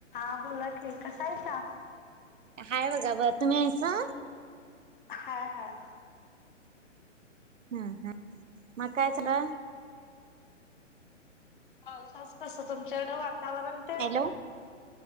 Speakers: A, on the left (about 40°); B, on the right (about 75°).
A: हा बोला की, कसा हाईसा?
B: हाय बघा बर. तुम्ही हाइसा?
A: हाय हाय.
B: हम् हम. मग काय चालू हाय?
A: पावसाच कसं तुमच्याकडं वातावरण तेन?
B: हॅलो